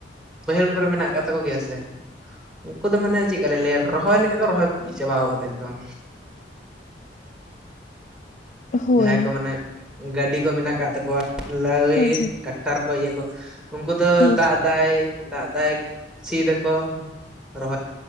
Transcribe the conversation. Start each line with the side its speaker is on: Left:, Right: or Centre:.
Centre: ᱵᱟᱹᱭᱦᱟᱹᱲ ᱠᱚᱨᱮ ᱢᱮᱱᱟᱜ ᱠᱟᱫ ᱛᱟᱠᱚ ᱜᱮᱭᱟ ᱥᱮ᱾ ᱩᱱᱠᱩ ᱫᱚ ᱢᱟᱱᱮ ᱪᱮᱫᱠᱟ ᱞᱤᱧ ᱞᱟᱹᱭᱟ ᱨᱚᱦᱚᱭ ᱞᱮᱠᱟᱜᱮ ᱨᱚᱦᱚᱭ ᱪᱟᱵᱟᱣ ᱠᱟᱫᱟ ᱮᱠᱫᱚᱢ᱾
Left: ᱦᱳᱭ
Centre: ᱡᱟᱦᱟᱸᱭ ᱠᱚ ᱢᱟᱱᱮ ᱜᱟᱹᱰᱤ ᱠᱚ ᱢᱮᱱᱟᱜ ᱠᱟᱫ ᱛᱟᱠᱚᱣᱟ ᱞᱟᱣᱭᱮ
Left: ᱦᱮᱸ ᱦᱮᱸ
Centre: ᱴᱟᱠᱴᱟᱨ ᱠᱚ ᱤᱭᱟᱹ ᱠᱚ᱾ ᱩᱱᱠᱩ ᱫᱚ
Left: ᱦᱩᱸ
Centre: ᱫᱟᱜ ᱫᱟᱭ ᱫᱟᱜ ᱮᱫᱟᱭ ᱥᱤᱭ ᱫᱟᱠᱚ ᱨᱚᱦᱚᱭ